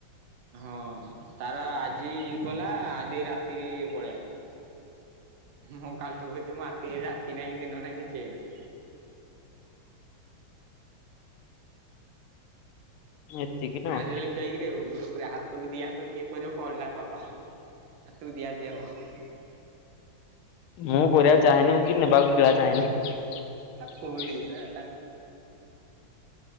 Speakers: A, on the right; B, on the left.
A: ହଁ ତାର ଆଜି କଲା ଆଜି ରାତିରେ ପଳେଇଲା ମୁଁ କାଲିଠୁ କହିଛି ମତି ରାତି ନାଁ ଦିନ ନାଇ କିିଛି ନାଇଁ
B: ଏତିକି ଟଙ୍କା
A: ଆଠ ଲେଖିଇକିରେ ଗ୍ରୁପରେ ହାତକୁ ଦିଆ ହାତ କିଏ କରିବ କଲ ଟା କର ହାତକୁ ଦିଆ ଯେ ହବ
B: ମୁଁ କରିବାକୁ ଚାହଁନି କି ନେବାକୁ ପିବା ଚାହେଁନି
A: ଫୁଲ <unintelligible> ଆରେ